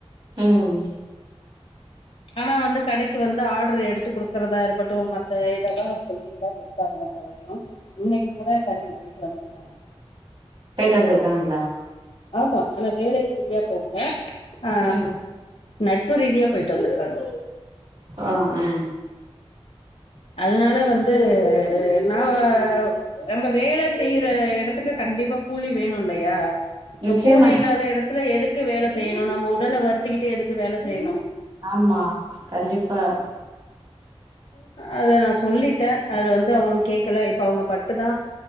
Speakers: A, on the right (about 55°); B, on the left (about 70°).
A: ம்
B: ஆனா வந்து கடைக்கு வந்து ஆர்டரு எடுத்து குடுக்கறதா இருக்கட்டு மத்த இதெல்லா சொல்லிட்டுதா இருக்காங்க போலியு இன்னைக்கு கூட கடைக்கு போயிட்டு வந்துருக்காங்க
A: போய்ட்டு வந்துருக்காங்களா
B: ஆமா ஆனா வேலை ரீதியா போகல ஆ
A: ம்.
B: நட்பு ரீதியா போயிட்டு வந்துருக்காங்க
A: அப்ற ஆ
B: அதனால வந்து நா ஆ நம்ப வேல செய்ற எடத்துக்கு கண் டிப்பா கூலி வேணு இல்லையா இப்ப
A: நிச்சயமா.
B: கூலி இல்லாத எடத்துல எதுக்கு வேல செய்யணு நம்ம உடல வருத்திக்கிட் ட்ரு எதுக்கு வேல செய்ணு
A: ஆமா. கண்டிப்பா.
B: அ இது நா சொல்லிட்ட அது வந்து அவுங்க கேக்கல இப்ப அவுங்க பட்டுதா